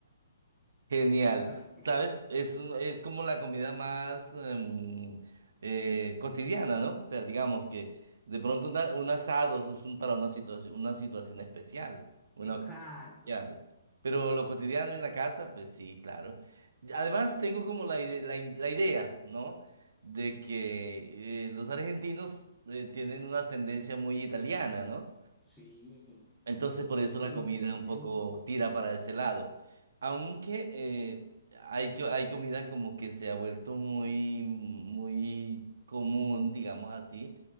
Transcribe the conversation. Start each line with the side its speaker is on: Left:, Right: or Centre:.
Right: Genial.
Centre: Tal
Right: ¿Sabes?
Centre: cual.
Right: Es, un- es como la comida más em, eh, cotidiana, ¿no? O sea, digamos que de pronto una- un asado es un- para una situación, una situación especial, una
Centre: Exacto.
Right: ocasión especial. Pero lo cotidiano en la casa, pues sí, claro. Y Además, tengo como la, ide- la, in- la idea, ¿no? De que eh, los argentinos eh, tienen una ascendencia muy italiana, ¿no?
Centre: Sí,
Right: Entonces por
Centre: sí,
Right: eso la comida
Centre: totalmente.
Right: un poco tira para ese lado. Aunque eh, hay, co- hay comida como que se ha vuelto muy, muy común, digamos así.